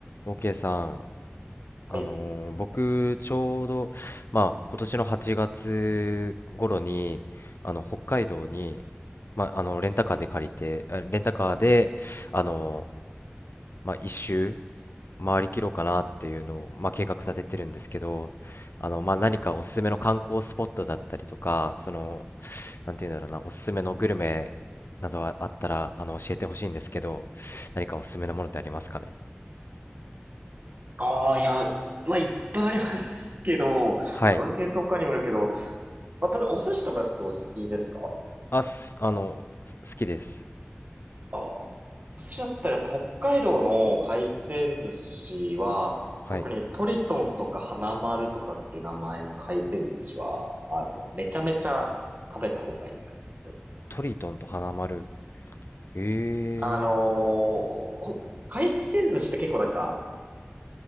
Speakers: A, on the left; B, on the right.
A: OK さん、あのー僕ちょうど、
B: はい
A: まあ、今年の8月頃にあの北海道に、まあ、あのレンタカーで借りてあレンタカーで、あのーまあ、一周回りきろうかなっていうのを、まあ、計画立ててるんですけどあの、まあ、何かおすすめの観光スポットだったりとかそのなんていうんだろうなおすすめのグルメなどあったらあの教えてほしいんですけど何かおすすめのものってありますかね
B: ああ、いや、まあ、いっぱいありますけど、まあどういう系統かにもよるけど、
A: はい
B: まあ、ただお寿司とかってお好きですか
A: あ、す、あの、す好きです。
B: ああ。お寿司だったらやっぱ北海道の回転寿司は、
A: はい。
B: 特にトリトンとか花丸とかっていう名前の回転寿司は、あの、めちゃめちゃ食べた方がいいかなって思う。
A: トリトンと花丸。へえ。
B: あのーほ回転寿司って結構なんか、